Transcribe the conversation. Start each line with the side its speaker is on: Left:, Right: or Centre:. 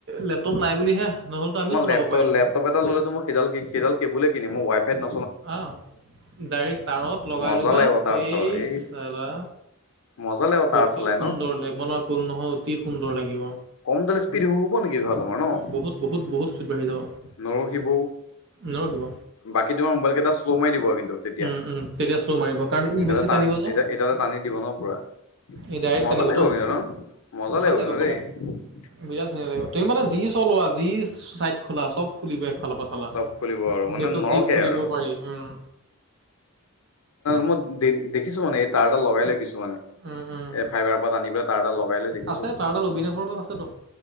Right: লেপটপ নাই বুলিহে। নহ'লেতো আমিও
Left: মই
Right: চলাব
Left: লেপটপ
Right: পাৰিলোঁ
Left: লেপটপ
Right: হয়
Left: এটা
Right: পুৰা।
Left: ল'তো মোক সি সিডাল কেবুল কিনি মই ৱাইফ ন
Right: আহ ডাইৰেক্ট তাৰত লগাই
Left: মজা
Right: লোবা
Left: লাগিব তাঁৰত
Right: এই
Left: চলাই
Right: চাবা।
Left: ইচ মজা লাগিব তাঁৰত
Right: অতি
Left: চলাই
Right: সুন্দৰ
Left: ন
Right: লেবনৰ কল নহয় অতি সুন্দৰ লাগিব।
Left: কম দালি স্পীড হ'ব নেকি ধোৱা তোমাৰ ন'।
Right: বহুত বহুত বহুত স্পীড বাঢ়ি যাব
Left: নৰখিবৌ
Right: নৰখিব।
Left: বাকী তোমাৰ মোবাইল কেইটা শ্ল' মাৰি দিব কিন্ত তেতিয়া
Right: উম, উম, তেতিয়া শ্ল' মাৰিব কাৰণ ই
Left: এদলে
Right: বেছি টানিব যে,
Left: এদলে টানি দিব ন' পুৰা।
Right: ই ডাইৰেক্ট
Left: মজা
Right: টানিবতো।
Left: লাগিব কিন্তু ন, মজা
Right: ভাল
Left: লাগিব কিন্তু
Right: চলাই,
Left: দেই।
Right: বিৰাট ধুনীয়া লাগিব, তুমি মানে যি চলোৱা যি চাই খোলা, চব খুলিব এক ফালৰ পা চালা
Left: চব খুলিব আৰু মানে
Right: নেটত
Left: নৰখে
Right: যি খুলিব
Left: আৰু
Right: পাৰি উম্।
Left: মই দে দেখিছো মানে এই তাঁৰডাল লগাই লৈ কিছুমানে
Right: উম, উম,
Left: এ, ফাইবাৰৰ পৰা টানি পেলাই তাঁৰডাল লগাই লৈ দেখিছো
Right: আছে তাৰ তাত, অবিনাশৰ তাত আছেতো।